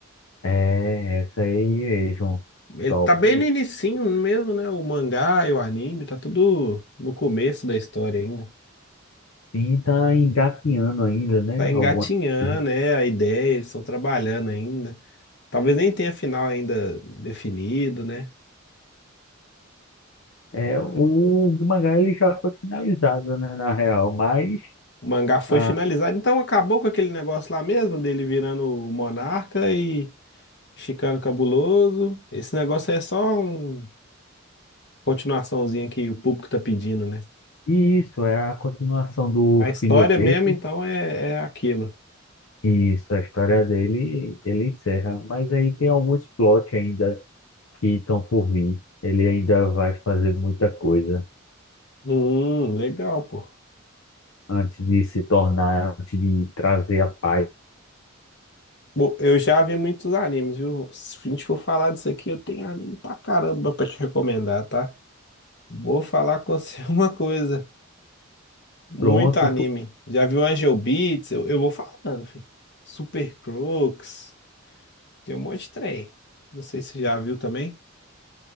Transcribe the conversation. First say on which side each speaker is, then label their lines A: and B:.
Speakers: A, on the left; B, on the left.
A: É, essa aí mesmo.
B: Ele
A: Top.
B: tá bem no inicinho mesmo, né? O mangá e o anime, tá tudo no começo da história ainda.
A: E tá engatinhando ainda, né?
B: Tá engatinhando,
A: Alguma coisa.
B: né? A ideia, eles estão trabalhando ainda. Talvez nem tenha final ainda definido, né?
A: É, o mangá ele já foi finalizado, né, na real, mas
B: O mangá foi
A: ah,
B: finalizado, então acabou com aquele negócio lá mesmo, dele virando o monarca e ficando cabuloso. Esse negócio aí é só uma continuaçãozinha que o público tá pedindo, né?
A: e isso é a continuação do
B: A história
A: filho dele.
B: mesmo, então, é, é aquilo.
A: Isso, a história dele, ele encerra, mas aí tem alguns plot ainda que estão por vir. Ele ainda vai fazer muita coisa
B: Hum, legal, pô.
A: antes de se tornar, antes de trazer a paz.
B: Bom, eu já vi muitos animes, viu? Se a gente for falar disso aqui, eu tenho anime pra caramba pra te recomendar, tá? Vou falar com você <laughs> uma coisa. Muito
A: Pronto,
B: anime.
A: tu,
B: Já viu Angel Beats? Eu, eu vou falando, filho. Super Crooks. Tem um monte de trem. Não sei se você já viu também.